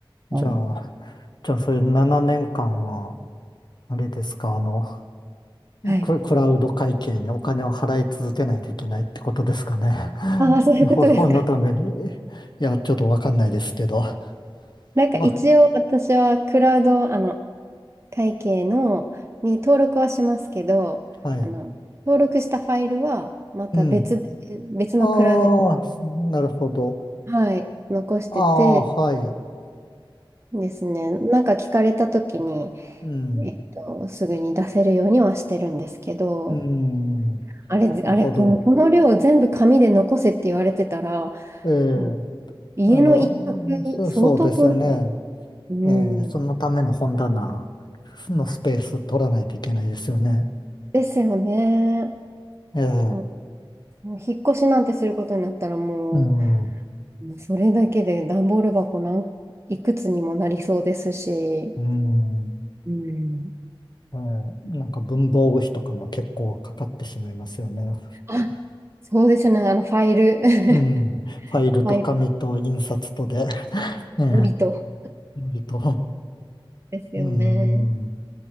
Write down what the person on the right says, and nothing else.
あの、
はい。
ああ、そういうことですか。
なんか一応私はクラウド、
あの、会計の、に登録はしますけど、
あの、登録したファイルはまた別で、
別のクラウドに
はい、残してて
ですね、なんか聞かれた時に、
えっと、すぐに出せるようにはしてるんですけど、
あれ、ぜあれ、
この、この量全部紙で残せって言われてたら、
もう家の一角相当取る。
うん。
ですよね。
もうもう引っ越しなんてすることになったらも
う、もうそれだけで段ボール箱なんいくつにもなりそうですし、
うん。
あ、そうですね、あのファイル、<laughs> フ
ァイル、
無りと。
ですよね。